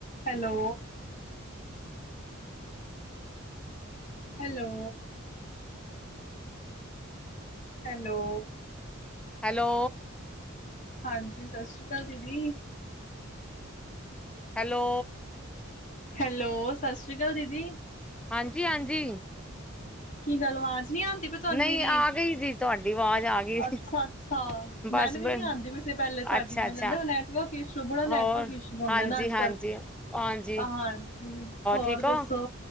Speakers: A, on the left (about 40°); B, in the centre.
A: ਹੈਲੋ। ਹੈਲੋ। ਹੈਲੋ।
B: ਹੈਲੋ।
A: ਹਾਂਜੀ। ਸਤਿ ਸ੍ਰੀ ਅਕਾਲ ਦੀਦੀ।
B: ਹੈਲੋ।
A: ਹੈਲੋ, ਸਤਿ ਸ੍ਰੀ ਅਕਾਲ ਦੀਦੀ।
B: ਹਾਂਜੀ, ਹਾਂਜੀ।
A: ਕੀ ਗੱਲ ਆਵਾਜ਼ ਨੀ ਆਉਂਦੀ ਪਈ ਤੁਹਾਨੂੰ
B: ਨਹੀਂ
A: ਮੇਰੀ।
B: ਆ ਗਈ ਜੀ ਤੁਹਾਡੀ ਆਵਾਜ਼ ਆ ਗਈ
A: ਅੱਛਾ-ਅੱਛਾ ਮੈਨ
B: ਬਸ
A: ਵੀ
B: ਬ
A: ਨੀ ਆਉਂਦੀ ਪਈ ਸੀ ਪਹਿਲੇ ਤੁਹਾਡੀ
B: ਅੱਛਾ,
A: ਮੈਨੂੰ
B: ਅੱਛਾ
A: ਲਗਦਾ ਨੈਟਵਰਕ ਇਸ਼ੂ ਬੜਾ ਨੈਟਵਰਕ
B: ਹੋਰ
A: ਇਸ਼ੂ ਹੁੰਦਾ
B: ਹਾਂਜੀ,
A: ਨਾ ਅੱਜ
B: ਹਾਂਜੀ,
A: ਕੱਲ
B: ਹਾਂਜੀ
A: ਹਾਂਜੀ ਹੋਰ
B: ਠੀਕ ਹੋ
A: ਦੱਸੋ।